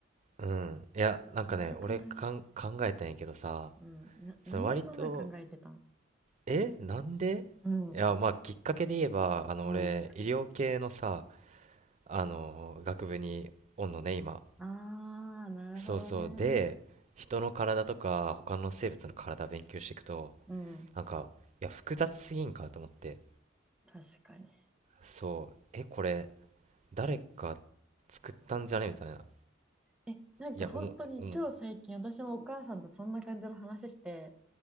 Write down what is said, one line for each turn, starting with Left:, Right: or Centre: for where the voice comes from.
Right: うん。いや、なんかね、
Centre: むずくない
Right: 俺かん考えたんやけどさ、
Centre: うん。な、なんでそんな考えてたん
Right: その割と、え、なんでいや、
Centre: うん。
Right: まあ、きっかけで言えば、あの、
Centre: うん。
Right: 俺、医療系のさ、あの、学部におんのね、今。
Centre: ああ、なるほどね。
Right: そうそう。で、人の体とか、他の生物の体勉強していくと、
Centre: うん。
Right: なんか、いや、複雑すぎんかと思って。
Centre: 確かに。
Right: そう、え、これ、誰か作ったんじゃねみたいな。
Centre: え、なんか本当に超最近私もお母さんとそんな感じの話して、
Right: いや、おも、おも、